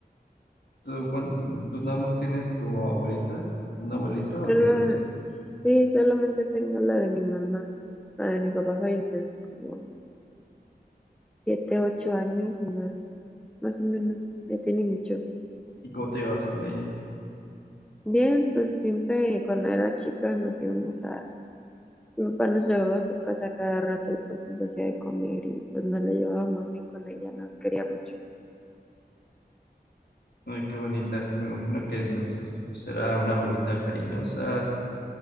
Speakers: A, on the left; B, in the centre.
A: ¿Tú, cuán- tú nada más tienes tu abuelita, una abuelita
B: Solo,
A: o tienes dos?
B: sí, solamente tengo la de mi mamá. La de mi papá falleció hace como siete, ocho años o más, más o menos, ya tiene mucho.
A: ¿Y cómo te llevas con ella?
B: Bien, pues siempre cuando era chica nos íbamos a, mi papá nos llevaba a su casa cada rato y pues nos hacía de comer y pues nos la llevábamos bien con ella, nos quería mucho.
A: Ay, qué bonita. Me imagino que entonces pues era una abuelita cariñosa,